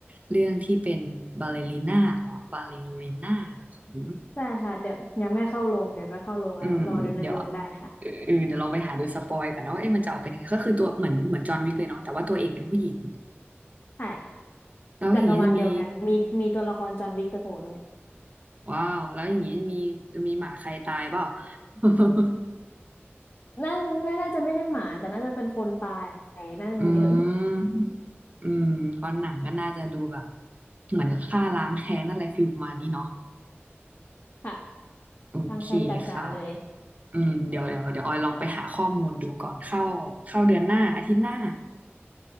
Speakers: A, on the right; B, on the left.
A: เรื่องที่เป็นบาเลริน่าหรอบาเลริน่าของ
B: ใช่ค่ะเดี๋ยวยังไม่เข้าโรงเดี๋ยวก็เข้าโรงแล้วรอดูในโรงได้ค่ะ
A: อืมเดี๋ยวเออเออเดี๋ยวลองไปหาดูสปอยก่อนเนาะเอ๊ะมันจะออกเป็นยังไงก็คือตัวเหมือนเหมือนจอห์นวิกเลยเนาะแต่ว่าตัวเอกเป็นผู้หญิง
B: ใช่ค่ะ
A: แล้วอย่างนี้จะมี
B: จักรวาลเดียวกันมีมีตัวละครจอห์นวิกไปโผล่ด้วย
A: ว้าวแล้วอย่างนี้มีจะมีหมาใครตายเปล่า <laughs>
B: น่าน่าน่าจะไม่ใช่หมาแต่น่าจะเป็นคนตายน่าจะมีเยอะ
A: อืมอืมเพราะหนังก็น่าจะดูแบบเหมือนฆ่าล้างแค้นอะไรฟิลประมาณนี้เนาะ
B: ค่ะ <laughs>
A: โอเคค่ะ
B: รังแค้นจ๋าๆเลย
A: อืมเดี๋ยวเดี๋ยวเดี๋ยวออยลองไปหาข้อมูลดูก่อนเข้าเข้าเดือนหน้าอาทิตย์หน้า